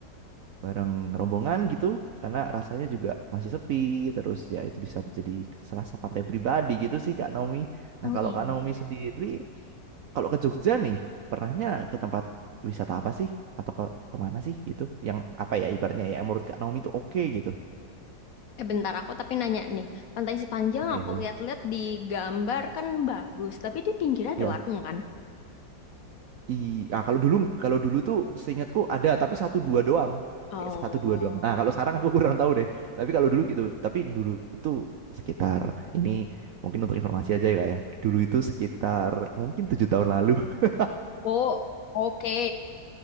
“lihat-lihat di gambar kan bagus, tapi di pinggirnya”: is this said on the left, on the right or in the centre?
Left